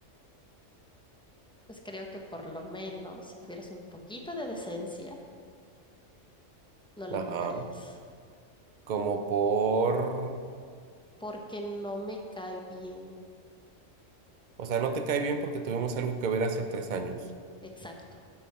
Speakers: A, in the centre; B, on the right.
A: pues creo que por lo menos si tuvieras un poquito de decencia, no lo
B: Ajá,
A: invitarías,
B: como por...
A: porque no me cae bien.
B: O sea, no te cae bien porque tuvimos algo que ver hace tres años.
A: Exacto.